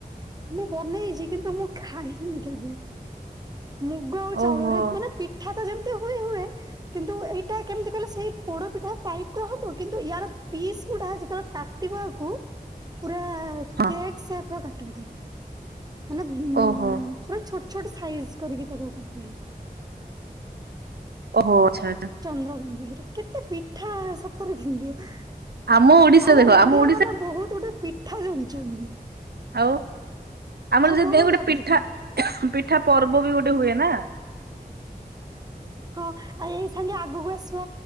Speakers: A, on the right; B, on the right.
A: ମୁଁ ବନେଇ ଛି କିନ୍ତୁ ମୁଁ ଖାଇନି କେବେ। ମୁଗ ଆଉ ଚାଉଳରେ
B: ଓହୋ
A: ମାନେ ପିଠା ତ ଯେମିତି ହୁଏ ହୁଏ। କିନ୍ତୁ ଏଇଟା କେମିତି କହିଲ ସେଇ ପୋଡପିଠା ଟାଇପ ର ହବ କିନ୍ତୁ ୟାର ପିସ୍ ଗୁଡା ଯେତେବେଳେ କା ଟିବ ଆକୁ ପୁରା
B: ହଁ
A: କେକ୍ ସେପ ର କାଟିବା ତାକୁ ମାନେ। ଉଁ
B: ଓହୋ।
A: ପୁରା ଛୋଟ ଛୋଟ ସାଇଜ କରିକି ତାକୁ କାଟିବ।
B: ଓହୋ ଆଚ୍ଛା ଆଚ୍ଛା।
A: ଚନ୍ଦ୍ର କାନ୍ତି ପିଠା କେତେ ପିଠା। ତର <unintelligible>
B: ଆମ ଓଡିଶା
A: ଆମ
B: ଦେଖ
A: ଓଡିଆ
B: ଓଡିଶାରେ
A: ମାନେ ବହୁତ ଗୁଡେ ପିଠା ଜାଣିଛନ୍ତି।
B: ଆଉ ଆମର
A: ହଁ
B: ଯେଦି
A: ବହୁତ
B: ପାଇଁ ଗୋଟେ
A: ଅଧିକା
B: ପିଠା ପିଠା ପର୍ବ ବି ଗୋଟେ ହୁଏ ନା।
A: ହଁ ଆଉ ଏଇ ସାଙ୍ଗେ ଆଗକୁ ଆସିବ